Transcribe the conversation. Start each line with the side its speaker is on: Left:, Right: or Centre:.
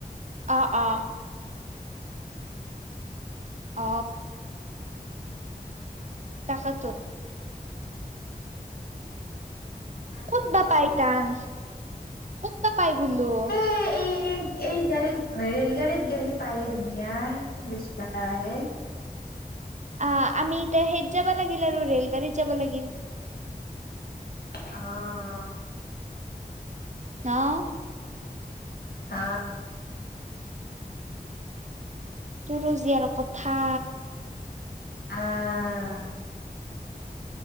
Right: অ, অ, অ, তাকেতোন।
Left: পাৰি
Right: ক'তবা
Left: হয়নে
Right: পাই টান, ক'তবা পাই বোলো?
Left: এ এই এই গাড়ীত ৰেল গাড়ীত গেলি পায় এই দুনীয়াৰ, বিছ টাকাহে।
Right: অ, আমি এতিয়া সেইত যাব লাগিল আৰু ৰেল গাড়ীত যাব লাগিল।
Left: অ,
Right: ন,
Left: অ,
Right: তোৰো যে আৰু কথা।
Left: আ আহ,